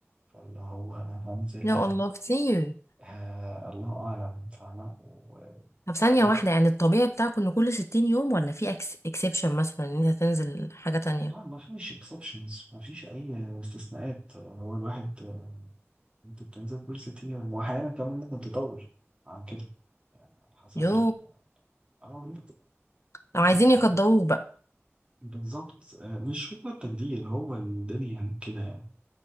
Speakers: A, on the right; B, on the left.
A: فاللي هو هنزل
B: يا الله كتير
A: آه الله اعلم فاهمه و-
B: طب
A: فهو
B: ثانية واحدة يعني الطبيعي بتاعكم ان كل 60 يوم ولا في اكس اكسبشن مثلا ان انت تنزل حاجة تانية
A: لا ما فيش اكسبشنز ما فيش اي استثناءات آه، هو الواحد آه، انت بتنزل كل ست ايام واحيانا كمان ممكن تطول عن كده يعني على حسب
B: يو
A: ال اه
B: لو
A: بس
B: عايزين يقدروك بقى
A: بالظبط آه، مش فكرة تجدير هو الدنيا كده يعني